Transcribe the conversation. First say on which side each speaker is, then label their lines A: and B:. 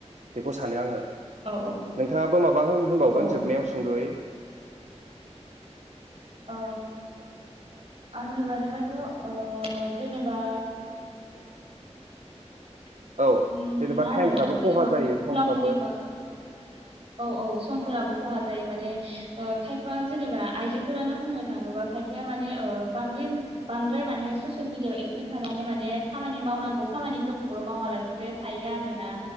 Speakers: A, on the right (about 85°); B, on the right (about 55°).
A: बेखौ सानो आङो।
B: औ
A: नोंथाङाबो माबा होन-होनबावगोन
B: औ
A: जोबनायाव सुंद'यै?
B: ओ आंनि बादिबाथ' ओ जेनेबा उम
A: औ जेनेबा
B: मा होनो
A: टाइमफ्राबो
B: जेनेबा
A: खहा
B: मु-मुलाम्फानि
A: जायो समफ्राबो
B: बा औ औ समफोराबो खहा जायो माने ओ खायफा जेनेबा आइजोफोरानो बुंनो थाङोबा खायफाया माने ओ बांगिन बांद्राय माने सस ससिल मिडियाव एक्टिभ थानानै माने। खामानि मावनांगौ खामानिफोरखौबो मावालासे बिदिनो थायो आरो ना।